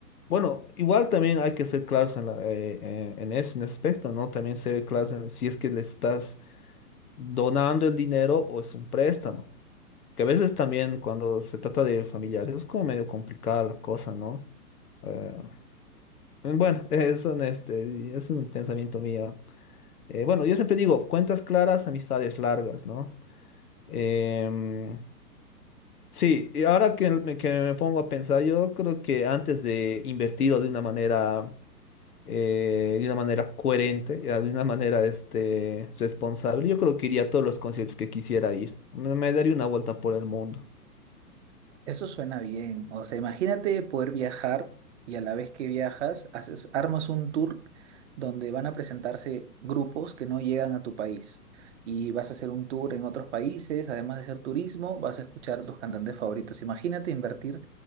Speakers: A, on the left (about 70°); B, on the right (about 45°).
A: Bueno, igual también hay que ser claros en, la- eh, eh, en ese, en ese aspecto, ¿no? También ser claros en si es que le estás donando el dinero o es un préstamo. Que a veces también cuando se trata de familiares es como medio complicada la cosa, ¿no? Eh, bueno, <laughs> es, un, este, es un pensamiento mío. Eh, bueno, yo siempre digo, cuentas claras, amistades largas, ¿no? Em, sí, y ahora que me, que me pongo a pensar, yo creo que antes de invertirlo de una manera, eh, de una manera coherente, ya, de una manera este, responsable, yo creo que iría a todos los conciertos que quisiera ir. me me daría una vuelta por el mundo.
B: Eso suena bien. O sea, imagínate poder viajar y a la vez que viajas, haces, armas un tour donde van a presentarse grupos que no llegan a tu país. Y vas a hacer un tour en otros países, además de hacer turismo, vas a escuchar a tus cantantes favoritos. Imagínate invertir